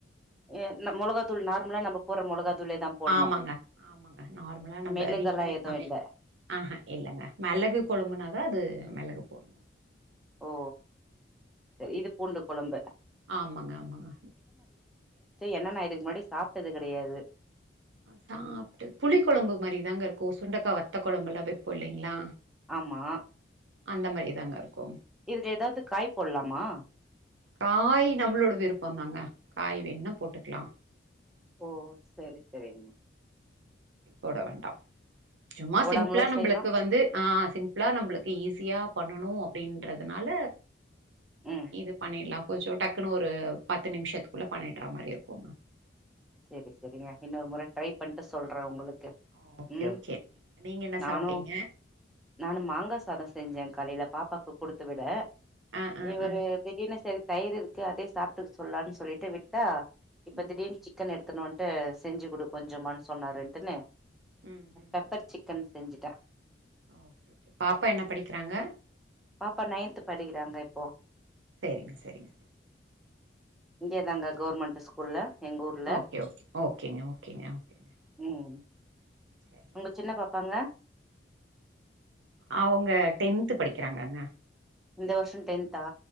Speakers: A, in the centre; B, on the right.
A: எ இந்த மொளகா தூள் நார்மலா நம்ம போட்ற மொளகா தூளே தா போட்ணு
B: ஆமாங்க ஆமாங்க நார்மலா நம்ம
A: மெளகெல்லா
B: வீட்ல
A: எதுவு
B: சமையல்
A: இல்ல
B: ஆ ஹா இல்லங்க மெளகு கொழம்புனாதா அது மெளகு போட்னூ
A: ஓ இது பூண்டு கொழம்பு
B: ஆமாங்க ஆமாங்க
A: என்னென்னா இதுக்கு முன்னாடி சாப்டது கெடையாது
B: சாப்புட்டு புளி கொழம்பு மாதிரிதாங்க இருக்கு சுண்டைக்கா வத்த கொழம்புல்லா வெப்போ இல்லங்ளா
A: ஆமா
B: அந்த மாரி தாங்க இருக்கு
A: இதுல ஏதாது காய் போட்லாமா
B: காய் நம்மளோட விருப்போதாங்க காய் வேண்ணா போட்டுக்கலா
A: ஓ செரி செரிங்க
B: போட வேண்டாம் சும்மா
A: போடாமலு
B: சிம்பிளா நம்மளுக்கு
A: செய்யலா
B: வந்து ஆ சிம்பிளா நம்மளுக்கு ஈஸியா பண்ணணு அப்டின்றதுனால
A: ம்
B: இது பண்ணிட்லா கொஞ்சோ டக்குன்னு ஒரு பத்து நிமிஷத்துக்குள்ள பண்ணிட்ற மாரி இருக்குங்க
A: சேரி சேரிங்க இன்னொரு மொற ட்ரை பண்ணிட்டு சொல்ற உங்களுக்கு
B: ஓ ஓகே
A: ம்
B: ஓகே நீங்க என்ன
A: நானு
B: சாப்டீங்க
A: நானு மாங்கா சாதோ செஞ்சே காலையில பாப்பாக்கு குடுத்து விட
B: ஆ ஆ
A: இவரு
B: ஆ
A: திடீனு செரி தயிர் இருக்கு அதே சாப்புட்டுக்க சொல்லலாம்னு சொல்லிட்டு விட்டா இப்ப
B: ம்
A: திடீர்னு சிக் சிக்கன் எடுத்துனு வன்ட்டு செஞ்சி குடு கொஞ்ச சொன்னாரு இட்டுனு
B: ம் ம்
A: பெப்பர்
B: ம்
A: சிக் சிக்கன் செஞ்சிட்டே
B: ஓகே ஓகே பாப்பா என்ன படிக்கிறாங்க
A: பாப்பா நைன்த் படிக்கிறாங்க இப்போ
B: செரிங்க செரிங்க
A: இங்கயேதாங்க கவர்மெண்ட் ஸ்கூல்ல எங்க ஊர்ல
B: ஓகே ஓகே ஓகேங்க ஓகேங்க ஓகேங்க
A: ம்
B: சரி
A: உங்க சின்ன
B: சரி
A: பாப்பாங்க
B: அவுங்க டென்த்து படிக்கிறாங்கங்க
A: இந்த வருஷோ டென்த்தா